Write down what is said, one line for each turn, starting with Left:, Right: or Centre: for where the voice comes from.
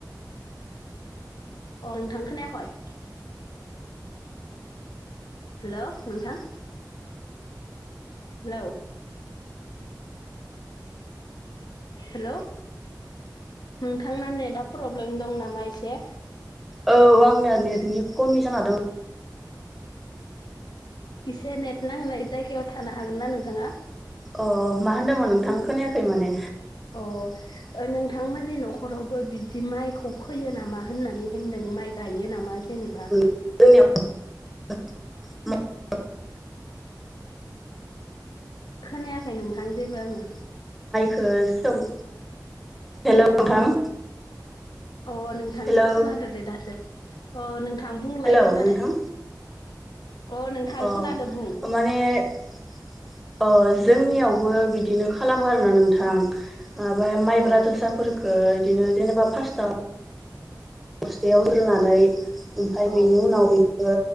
Left: अ नोंथां खोनायाखय? हेल' नोंथां हेलौ हेल' नोंथांना नेदा प्रब्लेम दं नामा एसे?
Centre: औ आंनिया नेटनि कमि जाना दों
Left: एसे नेट नांनाय जायगायाव थानो हागोन ना नोंथाङा?
Centre: अ मा होनदोंमोन नोंथां खोनायाखै माने
Left: अ ओ नोंथांमोननि न'खरावबो बिदि माइखौ फोयो नामा होननानै होनदों माइ गायो नामा जेनेबा?
Centre: <unintelligible>
Left: खोनायाखै नोंथां जेबो आङो।
Centre: खो सोम हेल' नोंथां।
Left: अ नोंथां
Centre: हेल'
Left: खोनादो दे दासो अ नोंथां बुंलाय
Centre: हेल'
Left: खोनादो।
Centre: नोंथां
Left: अ नोंथां
Centre: अ
Left: बुं
Centre: माने अ जोंनियाव बो बिदिनो खालामो आरोना नोंथां ओ बाय माइब्रा
Left: अ
Centre: जोसाफोरखो दिनो जेनेबा फार्स्टआव बस्थायाव होग्रोनानै ओमफाय
Left: औ
Centre: बिनि उनाव बेखो